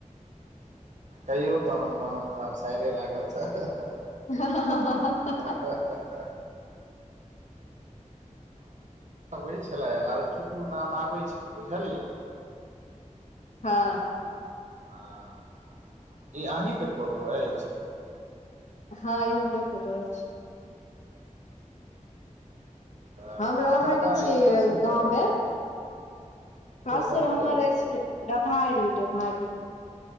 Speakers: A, on the right; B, on the left.
A: कहियौ तहन तहन त आब साइरे लागब त ह ह।
B: ह ह ह ह ह
A: ह ह अबै छलै अर्चू नाम आबै छै बुझलियै
B: हँ
A: हां ई अहीं के फोटो अइछ?
B: हँ ई हमरे फोटो अइछ।
A: तऽ
B: हम रहै
A: कतऽ
B: नै
A: अइ
B: छीयै
A: सासुर
B: गाँवमे
A: कतऽ
B: सासुर
A: कतय
B: हमर
A: अछि
B: अइछ डभारी डभारी।